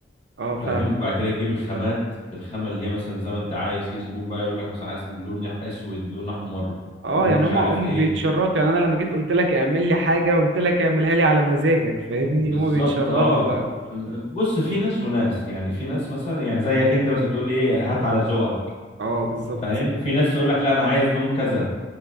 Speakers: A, on the right; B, on the left.
A: اه فاهمك
B: فاهم بعد كده تجيب الخامات الخامه اللي هي مثلا زي ما انت عايز في زبون بقى يقول لك مثلا عايز لون اسود لون احمر
A: اه
B: لون
A: يعني
B: مش
A: هما
B: عارف
A: هم
B: ايه
A: بيتشرطوا يعني انا لما جيت قلت لك اعمل لي حاجه قلت لك اعملها لي على مزاجك فاهمني
B: بالظبط
A: هما بيتشرطوا
B: اه
A: بقى
B: بص في ناس وناس يعني في ناس مثلا يعني زيك انت مثلا تقول لي ايه هات على ذوقك
A: اه بالظبط
B: فاهم وفي ناس تقول لك لا انا عايز لون كذا